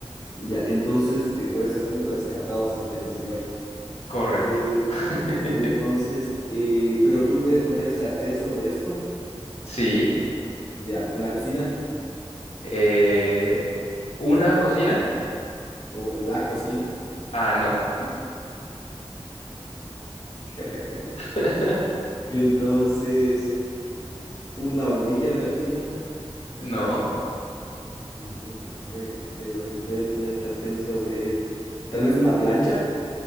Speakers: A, on the left (about 35°); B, on the left (about 90°).
A: Ya, entonces, eh, por ese punto, descartado sartenes y ollas.
B: Correcto.
A: Eh,
B: <laughs>
A: entonces, eh, pero tú puedes poner el sartén sobre esto.
B: Sí.
A: Ya, una cocina
B: eh, ¿una cocina?
A: o la cocina.
B: Ah, no.
A: <laughs>
B: <laughs>
A: Entonces, una hornilla de la cocina.
B: No.
A: Mm, A ver, pero se puede poner el sartén sobre esto. Tal vez una plancha.